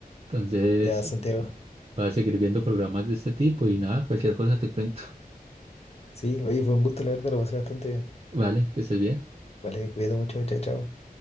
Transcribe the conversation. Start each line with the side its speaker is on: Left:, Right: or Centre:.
Right: Entonces,
Left: Ya, Santiago.
Right: voy a seguir viendo programas de este tipo y nada, cualquier cosa te cuento.
Left: Sí, oye, fue un gusto, la verdad, lo pasé bastante bien.
Right: Vale, que estés bien.
Left: Vale, cuídate mucho. Chao, chao.